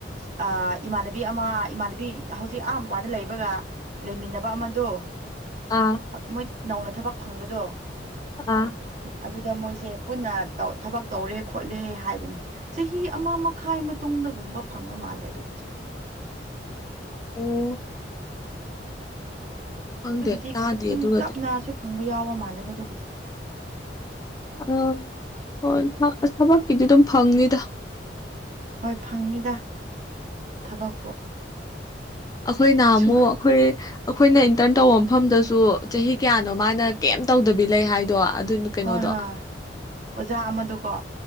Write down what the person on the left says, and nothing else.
ꯑꯥ
ꯑ
ꯑꯣ ꯈꯪꯗꯦ
ꯇꯥꯗꯦ
ꯑꯗꯨꯒꯗꯤ
ꯑꯥ ꯍꯣꯏ ꯑꯁ ꯊꯕꯛꯀꯤꯗꯤ ꯑꯗꯨꯝ ꯐꯪꯅꯤꯗ
ꯑꯩꯈꯣꯏꯅꯍꯃꯨꯛ
ꯑꯩꯈꯣꯏ ꯑꯩꯈꯣꯏꯅ ꯏꯟꯇꯔꯟ ꯇꯧꯕ ꯃꯐꯝꯗꯁꯨ ꯆꯍꯤ ꯀꯌꯥꯅꯣ ꯃꯥꯅ ꯀꯩꯝ ꯇꯧꯗꯕꯤ ꯂꯩ ꯍꯥꯏꯗꯣ ꯑꯗꯨ ꯀꯩꯅꯣꯗꯣ